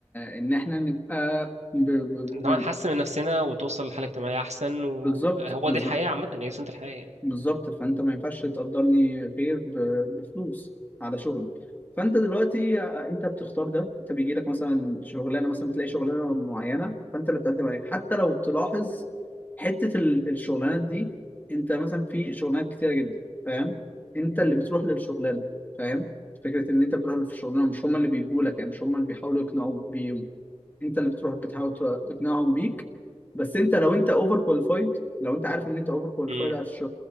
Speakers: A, on the left (about 15°); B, on the right (about 80°).
A: ان احنا نبقى ب- ب-
B: نقعد
A: ب-
B: نحسن من نفسنا وتوصل لحاله اجتماعيه احسن وهو
A: بالظبط بالظبط
B: دي الحياه عامه هي دي سنه الحياه يعني
A: بالظبط فانت ما ينفعش تقدرني غير ب- بفلوس على شغلي فانت دلوقتي انت بتختار ده انت بيجي لك مثلا شغلانه مثلا بتلاقي شغلانه معينه فانت اللي بتقدم عليها حتى لو تلاحظ حته ال- الشغلانات دي انت مثلا في شغلانات كتيره جدا فاهم انت اللي بتروح للشغلانه فاهم فكره ان انت بتروح للشغلانه مش هم اللي بيجوا لك يعني مش هم اللي بيحاولوا يقنعوك انت اللي بتروح بتحاول تقنعهم بيك بس انت لو انت اوفر كواليفايد لو انت عارف ان انت اوفر كواليفايد
B: امم
A: على الش-